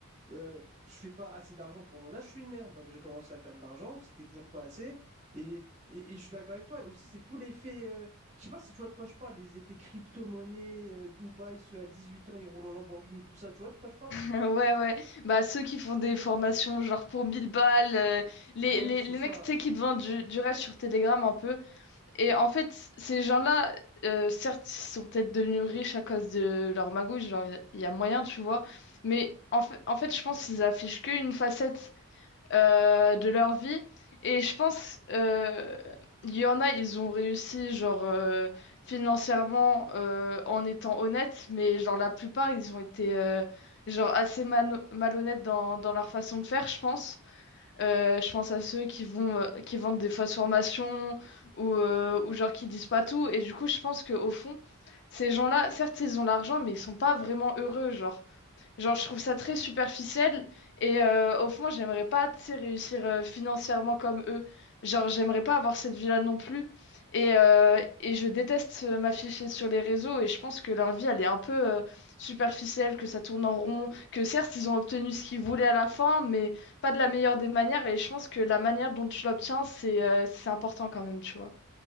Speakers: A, on the right (about 30°); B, on the left (about 50°).
A: euh, je fais pas assez d'argent pour mon âge, je suis une merde. Donc, j'ai commencé à faire de l'argent, c'était toujours pas assez. Et, et- et je suis d'accord avec toi. Et aussi, c'est tous les faits. euh, je sais pas si tu vois de quoi je parle, les effets crypto-monnaie, euh, Dubaï, ceux à 18 ans, ils roulent en Lamborghini, tout ça. Tu vois de quoi je parle?
B: Ouais, ouais. Bah, ceux qui font des formations genre pour 1000 balles, euh, les,
A: Ouais,
B: les,
A: c'est
B: les
A: ça.
B: mecs, tu sais, qui te vendent du, du rêve sur Telegram un peu. Et en fait, ces gens-là, euh, certes, ils sont peut-être devenus riches à cause de leur magouille, genre, il y, a y a moyen, tu vois. Mais en fait, en fait, je pense qu'ils affichent qu'une facette euh, de leur vie. Et je pense, euh, il y en a, ils ont réussi, genre, euh, financièrement, euh, en étant honnêtes, mais genre, la plupart, ils ont été, euh, genre, assez mano- malhonnêtes dans, dans leur façon de faire, je pense. Euh, je pense à ceux qui vont, euh, qui vendent des fausses formations ou, euh, ou genre qui disent pas tout. Et du coup, je pense que au fond, ces gens-là, certes, ils ont l'argent, mais ils sont pas vraiment heureux. Genre, genre je trouve ça très superficiel. Et euh, au fond, j'aimerais pas, tu sais, réussir euh, financièrement comme eux. Genre, j'aimerais pas avoir cette vie-là non plus. Et, euh, et je déteste euh, m'afficher sur les réseaux. Et je pense que leur vie, elle est un peu euh, superficielle, que ça tourne en rond, que certes, ils ont obtenu ce qu'ils voulaient à la fin, mais pas de la meilleure des manières et je pense que la manière dont tu l'obtiens, c'est euh, c'est important quand même, tu vois.